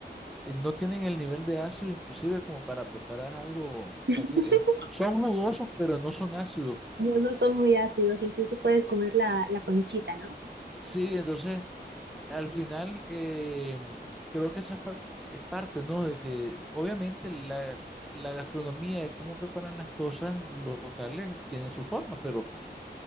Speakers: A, in the centre; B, on the right.
A: eh, no tienen el nivel de ácido inclusive como para preparar algo, o sea,
B: <laughs>
A: tie- eh, son jugosos, pero no son ácidos.
B: No, no son muy ácidos, incluso puedes comer la, la conchita, ¿no?
A: Sí, entonces al final, eh, creo que esa par- es parte, ¿no? De que obviamente la, la gastronomía, de cómo preparan las cosas, los locales, tiene su forma, pero